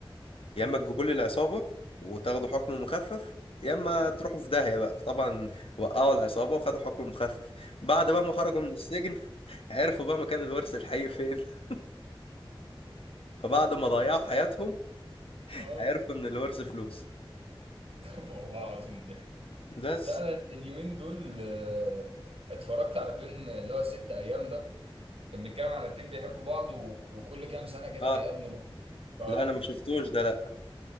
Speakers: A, on the left; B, on the right.
A: يا اما تجيبوا لي العصابه وتاخدوا حكم مخفف يا اما تروحوا في داهيه بقى فطبعا وقعوا العصابه وخدوا حكم مخفف بعد بقى ما خرجوا من السجن <laughs> عرفوا بقى مكان الورث الحقيقي فين <laughs> فبعد ما ضيعوا حياتهم
B: اه
A: عرفوا ان الورث فلوس
B: طب والله العظيم ضحك
A: بس
B: لا انا اليومين دول آه، اتفرجت على فيلم اللي هو ست ايام ده كان بيتكلم عن اتنين بيحبوا بعض و... وكل كام سنه كده
A: اه
B: بيقابلوا بعض ف
A: لا انا ما شفتوش ده لا